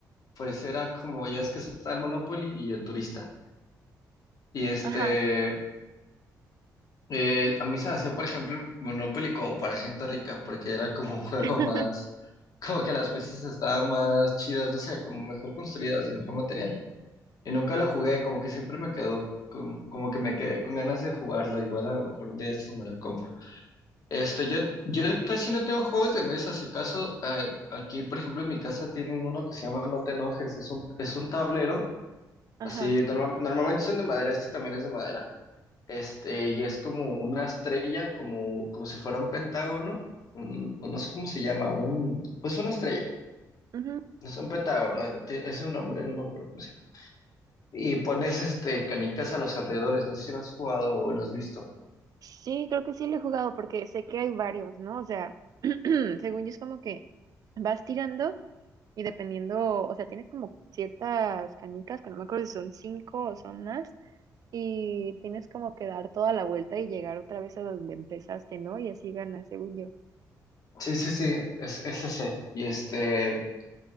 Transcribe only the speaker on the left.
pues era como, ya es que se está el Monopoly y el turista. Y este,
eh, a mí se me hacía, por ejemplo, el Monopoly como para gente rica, porque era como un juego
más, como que las piezas estaban más chidas, no sé, como mejor construidas, de mejor material. Y nunca lo jugué, como que siempre me quedó, com- como, que me quedé con ganas de jugarlo, igual a lo mejor un día de estos me lo compro. Este, yo, yo casi no tengo juegos de mesa, si acaso, eh, aquí, por ejemplo, en mi casa tienen uno que se llama No te enojes, es un, es un tablero,
así, norma- normalmente son de madera, este también es de madera, este, y es como una estrella, como, como si fuera un pentágono, un, o no sé cómo se llama, un, pues una estrella,
no es un pentágono, eh, tiene- es un nombre, no me acuerdo cómo se llama. y pones este canitas a los alrededores. No sé si lo has jugado o lo has visto.
Sí, sí, sí, es, es ese. Y este,